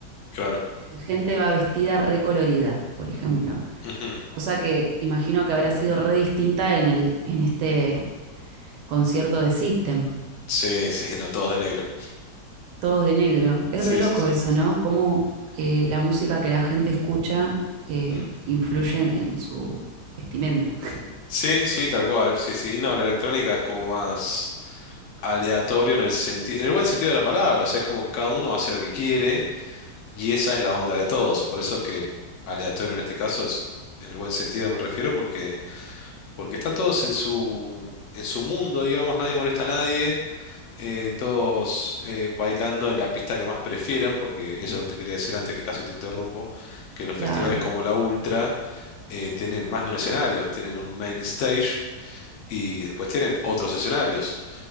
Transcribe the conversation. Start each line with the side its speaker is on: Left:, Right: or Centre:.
Left: Claro.
Right: la gente va vestida recolorida, por ejemplo.
Left: Ujú.
Right: Cosa que imagino que habrá sido re distinta en el, en este concierto de System.
Left: Sí, sí, no, todos de negro.
Right: todos de negro. Es
Left: Sí,
Right: re loco
Left: sí, sí.
Right: eso, ¿no? Cómo eh, la música que la gente escucha eh,
Left: Mm.
Right: influye en, en su vestimenta.
Left: Sí, sí, tal cual. Sí, sí. Y No, la electrónica es como más aleatorio en el sentido, en el buen sentido de la palabra. O sea, es como que cada uno hace lo que quiere y esa es la onda de todos. Por eso es que aleatorio en este caso es, en el buen sentido me refiero, porque, porque están todos en su, en su mundo, digamos, nadie molesta a nadie. eh, todos eh, bailando en la pista que más prefieran, porque eso es lo que te quería decir antes, que casi te interrumpo, que los
Right: Claro,
Left: festivales como la Ultra eh, tienen más de un escenario, tienen un main stage y después tienen otros escenarios.